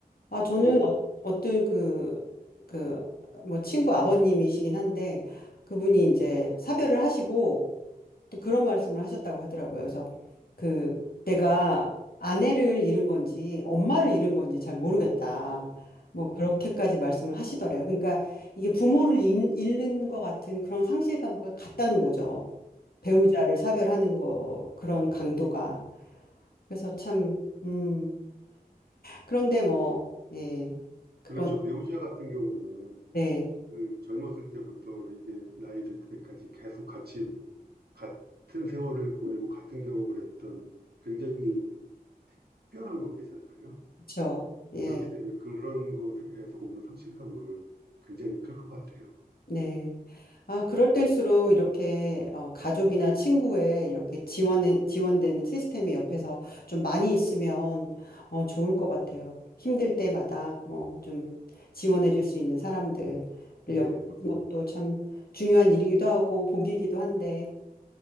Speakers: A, on the left; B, on the right.
A: 아, 저는
B: 그래서,
A: 어, 어떤 그, 그, 뭐, 친구 아버님이시긴 한데, 그분이 이제 사별을 하시고, 또 그런 말씀을 하셨다고 하더라고요. 그래서 그 내가 아내를 잃은 건지 엄마를 잃은 건지 잘 모르겠다. 뭐 그렇게까지 말씀을 하시더래요. 그러니까 이게 부모를 잃- 잃는 것 같은 그런 상실감과 같다는 거죠. 배우자를
B: 어,
A: 사별하는 거 그런 강도가. 그래서 참 음. 그런데 뭐 예. 그건
B: 그렇죠. 배우자 같은 경우는
A: 네.
B: 그 젊었을 때부터 이게 나이 들 때까지 계속 같이, 같은 세월을 보내고 같은 경험을 했던 굉장히 특별한 관계잖아요.
A: 그렇죠. 예.
B: 그렇기 때문에 그런 것에서 오는 상실감은 굉장히 클 것 같아요.
A: 네. 아, 그럴 때일수록 이렇게 어, 가족이나 친구의 이렇게 지원에, 지원되는 시스템이 옆에서 좀 많이 있으면 어, 좋을 것 같아요. 힘들 때마다 뭐 좀 지원해 줄 수 있는 사람들을 옆에
B: 예, 뭐,
A: 있는 것도 참 중요한 일이기도 하고 복이기도 한데